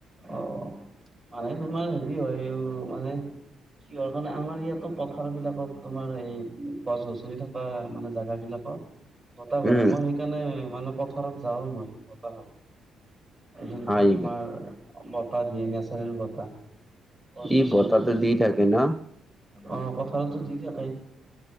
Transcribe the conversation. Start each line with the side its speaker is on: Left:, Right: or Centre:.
Right: অ মানে তোমাৰ হেৰি হয় উ মানে কি হয় মানে আমাৰ ইয়াতো পথাৰ বিলাকত তোমাৰ এই গছ গছনি থকা মানে জাগা বিলাকত বতাহ মাৰে
Centre: উম
Right: মই সেইকাৰণে মানে পথাৰত যাওঁ মই বতাহ খাব যোনটো
Centre: হয় নেকি
Right: তোমাৰ বতাহ দিয়ে নেচাৰেল বতাহ গছ গছনিৰ
Centre: ই বতাহটো
Right: পৰাই
Centre: দি থাকে ন
Right: অ পথাৰতো দি থাকে